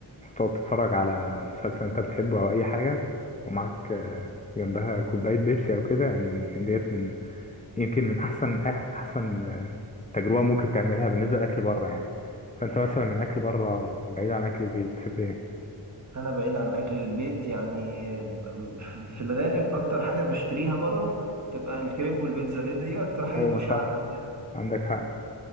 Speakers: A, on the left (about 15°); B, on the right (about 35°).
A: وتقعد تتفرج على مسلسل انت بتحبه او اي حاجه ومعاك آه، جنبها كوبايه بيبسي او كده يعني من من ديت من يمكن من احسن أح- احسن آه، تجربه ممكن تعملها بالنسبه لاكل بره يعني فانت مثلا من اكل بره بعيد عن اكل البيت بتحب ايه
B: انا بعيد عن اكل البيت يعني آه، <laughs> ب- في الغالب اكتر حاجه بشتريها بره تبقى الكريب والبيتزا لان دي اكتر حاجه
A: ايوه
B: مشعه
A: صح
B: عندنا
A: عندك حق